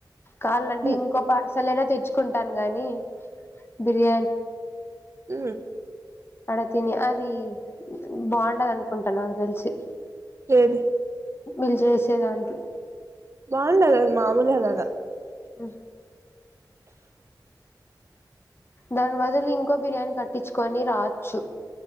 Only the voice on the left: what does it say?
కాలంటే
ఇంకో పార్సల్ అయిన తెచ్చుకుంటా తెచ్చుకుంటాను గాని బిర్యానీ
అడ తిని అది, బాగుండదు అనుకుంట నాకు తెలిసి
వీళ్లు చేసేదానికి
ఉ దానివదిలి ఇంకో బిర్యానీ కట్టించుకొని రాచ్చు